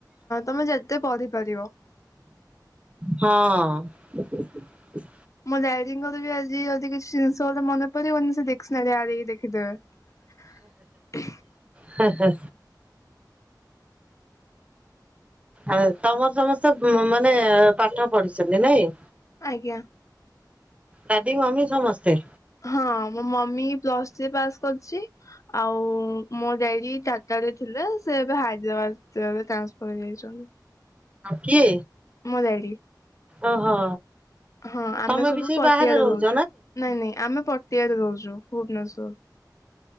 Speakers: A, on the left (about 45°); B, on the right (about 15°).
A: ତମେ ଯେତେ ପଢିପାରିବ।
B: ହଁ। <inaudible>
A: ମୁଁ ଡାଡିଙ୍କର ବି ଆଜି ଯଦି କିଛି ଜିନିଷ ଗୋଟେ ମନେପଡିବନି। ସେ ଦିକ୍ସ୍କନାରି ଆଡେଇକି ଦେଖିଦେବେ।
B: ହେ ହେ। ଆ ତମର ସମସ୍ତେ ମାନେ ପାଠ ପଢିଛନ୍ତି ନାଇଁ।
A: ଆଜ୍ଞା।
B: ଡାଡି ମମି ସମସ୍ତେ।
A: ହଁ ମୋ ମମି ପ୍ଲସ୍ ଥ୍ରୀ ପାସ୍ କରିଛି। ଆଉ ମୋ ଡାଡି ଟାଟା ରେ ଥିଲେ ସେ। ହାଇଦ୍ରାବାଦ ଟ୍ରାନ୍ସଫର୍ ହେଇଯାଇଛନ୍ତି।
B: କିଏ।
A: ମୋ ଡାଡ଼ି।
B: ଓହୋ।
A: ହଁ ଆମେ
B: ତମେ
A: ସବୁ
B: ବି ସେଇ
A: ପଠିଆରେ
B: ବାହାରେ ରହୁଛ
A: ରହୁଛୁ ନାଇଁ ନାଇଁ ଆମେ ପଠିଆରେ ରହୁଛୁ ଭୁବନେଶ୍ଵର।